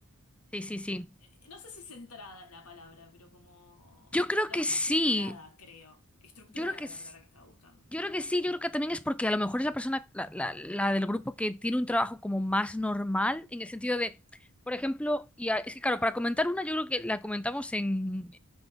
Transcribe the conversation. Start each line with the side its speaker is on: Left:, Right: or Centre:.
Centre: sí, sí, sí.
Left: eh, no sé si centrada es la palabra, pero como
Centre: Yo creo
Left: la
Centre: que
Left: más
Centre: sí,
Left: estructurada, creo. Estructurada
Centre: yo creo que
Left: era
Centre: sí.
Left: la palabra que estaba buscando.
Centre: Yo creo que sí, yo creo que también es porque a lo mejor es la persona, la, la- la del grupo que tiene un trabajo como más normal, en el sentido de, por ejemplo, y a- es que claro, para comentar una, yo creo que la comentamos en